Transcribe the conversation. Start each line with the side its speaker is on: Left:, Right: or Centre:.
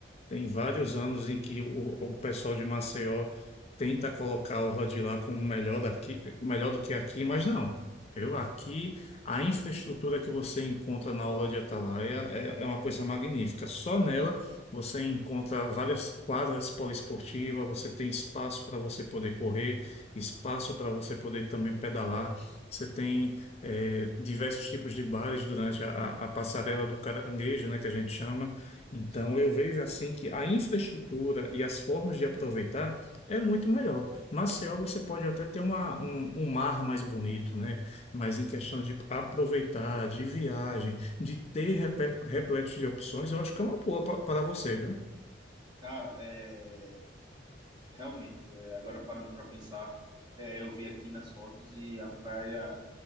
Left: Tem vários anos em que o, o pessoal de Maceió tenta colocar a Orla de lá como melhor daqui, melhor do que aqui, mas não. Eu aqui, a infraestrutura que você encontra na Orla de Atalaia é, é uma coisa magnífica. Só nela você encontra várias quadras poliesportivas, você tem espaço para você poder correr, espaço para você poder também pedalar. Você tem é, diversos tipos de bares durante a, a a passarela do caranguejo, né, que a gente chama. Então,
Right: Sim,
Left: eu vejo assim que a infraestrutura e as formas de aproveitar é muito melhor. Maceió, você pode até ter uma, um, um mar mais bonito, né? Mas em questão de aproveitar, de viagem, de ter repe- repletos de opções, eu acho que é uma boa pa- para você, viu?
Right: cara, é realmente, é, agora parando para pensar, é, eu vi aqui nas fotos e a praia